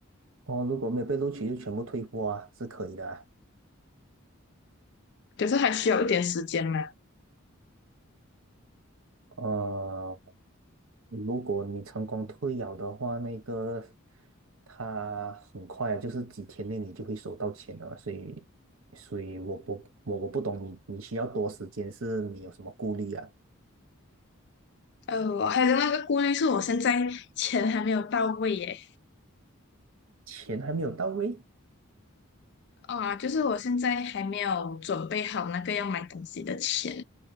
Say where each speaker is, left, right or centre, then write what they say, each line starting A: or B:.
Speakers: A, on the right; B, on the left.
A: 哦，如果没有被录取就全部退货啊，是可以的啊。
B: 可是还需要一点时间嘛。
A: 呃，如果你成功退养的话，那个他很快啊，就是几天内你就会收到钱了。所以，所以我不我我不懂你你需要多时间，是你有什么顾虑啊？
B: 呃，我还有另外一个顾虑是我现在钱还没有到位耶，
A: 钱还没有到位
B: 啊，就是我现在还没有准备好那个要买东西的钱，